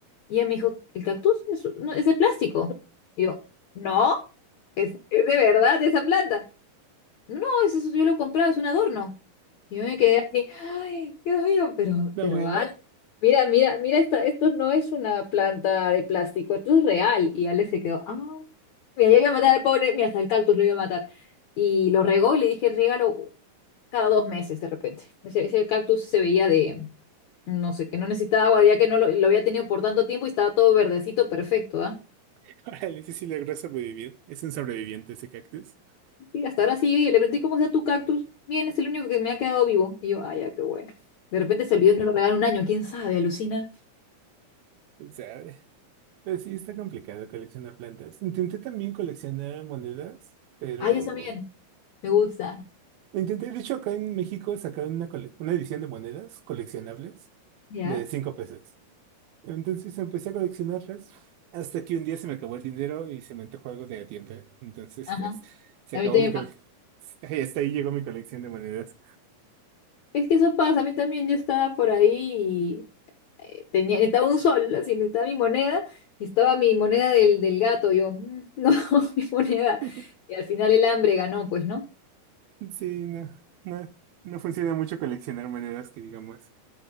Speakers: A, on the left; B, on the right.
A: Y ella me dijo, ¿el cactus? Es, no, es de plástico. Y yo, no, es, es de verdad esa planta. No, no, es eso, yo lo compraba, es un adorno. Y yo me quedé así, ay, Dios mío, pero,
B: no,
A: pero,
B: bueno.
A: Mira, mira, mira, esta- esto no es una planta de plástico, esto es real. Y Ale se quedó, ah, mira, yo iba a matar al pobre, mira, hasta el cactus lo iba a matar. Y lo regó y le dije, regalo cada dos meses de repente. Ese, ese cactus se veía de, no sé, que no necesitaba agua, ya que no lo, lo había tenido por tanto tiempo y estaba todo verdecito, perfecto, ¿ah?
B: <laughs> Órale, ese sí logró sobrevivir. Es un sobreviviente ese cactus.
A: Sí, hasta ahora sigue y le pregunté, ¿cómo está tu cactus? Bien, es el único que me ha quedado vivo. Y yo, ah, ya, qué bueno. De repente se olvidó y no lo regaló un año, quién sabe, alucina.
B: ¿Sabe? Pero sí está complicado coleccionar plantas. Intenté también coleccionar monedas, pero
A: Ah, yo también, me gusta.
B: lo intenté, de hecho, acá en México sacaron una, cole- una edición de monedas coleccionables
A: ¿Ya?
B: de cinco pesos. Entonces empecé a coleccionarlas hasta que un día se me acabó el dinero y se me antojó algo de la tienda. Entonces,
A: Ajá.
B: pues, se
A: A
B: acabó
A: mí también
B: mi colección. <laughs> Hasta ahí llegó mi colección de monedas.
A: Es que eso pasa, a mí también yo estaba por ahí y eh, tenía, estaba un sol, así, estaba mi moneda y estaba mi moneda del, del gato, yo, "Mm, no, <laughs> mi moneda.
B: <laughs>
A: Y al final el hambre ganó, pues, ¿no?
B: Sí, no, no, no funciona mucho coleccionar monedas que digamos.